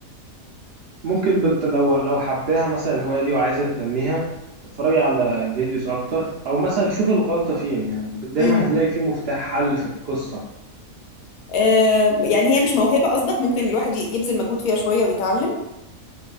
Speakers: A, on the right; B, on the left.
A: ممكن بت... لو لو حباها مثلا الهواية دي وعايزة تنميها اتفرجي على فيديوز أكتر أو مثلا شوفي الغلطة فين يعني دايما
B: امم
A: هتلاقي فيه مفتاح حل في القصة
B: آه، يعني هي مش موهبه قصدك ممكن الواحد ي- يبذل مجهود فيها شويه ويتعلم